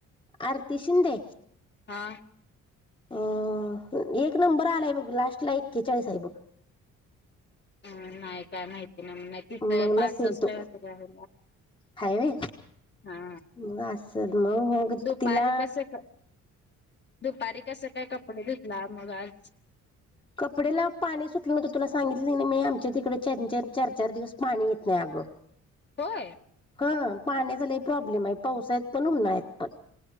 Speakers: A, on the left (about 15°); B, on the left (about 35°).
A: आरती शिंदे.
B: हा
A: अ एक नंबर आलाय बघ लास्ट ला एक्केचाळीस आहे बघ
B: हम नाय काय माहित तिचं
A: मग
B: पासष्ट
A: नसेल तो
B: तरी आहे
A: हायवे
B: हा
A: मग असं मग मग
B: दुपारी
A: तिला
B: कसं दुपारी कसं काय कपडे धुतला मग आज
A: कपडेला पाणी सुटलं होतं, तुला सांगितलं मी आमच्या तिकडे च चार चार चार दिवस पाणी येत नाही अ ग
B: होय
A: ह पाण्याचा लय प्रॉब्लेम आहे पावसाळ्यात पण उन्हाळ्यात पण